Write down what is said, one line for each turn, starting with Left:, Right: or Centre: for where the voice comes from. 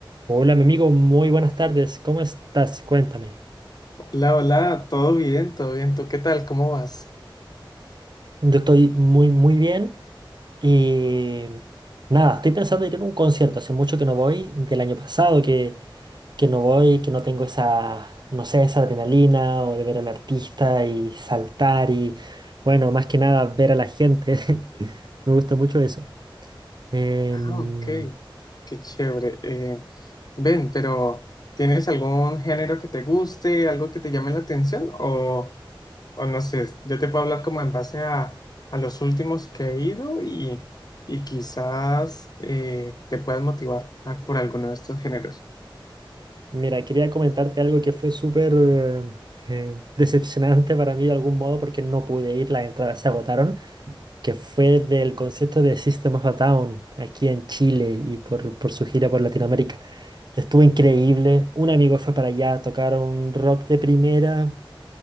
Right: Hola, mi amigo, muy buenas tardes. ¿Cómo estás? Cuéntame.
Left: Hola, hola, todo bien, todo bien. ¿Tú qué tal? ¿Cómo vas?
Right: Yo estoy muy, muy bien y nada, estoy pensando en ir a un concierto. Hace mucho que no voy, del año pasado que, que no voy, que no tengo esa, no sé, esa adrenalina o de ver al artista y saltar y, bueno, más que nada ver a la gente. <laughs> Me gusta mucho eso. Em,
Left: Ah, ok, qué chévere. Eh, ven, pero ¿tienes algún género que te guste, algo que te llame la atención? O, o no sé, yo te puedo hablar como en base a, a los últimos que he ido y, y quizás eh, te puedas motivar ah, por alguno de estos géneros.
Right: mira, quería comentarte algo que fue súper eh, decepcionante para mí de algún modo porque no pude ir, las entradas se agotaron. que fue del concierto de System of a Down aquí en Chile y por, por su gira por Latinoamérica. Estuvo increíble. Un amigo fue para allá, tocaron rock de primera.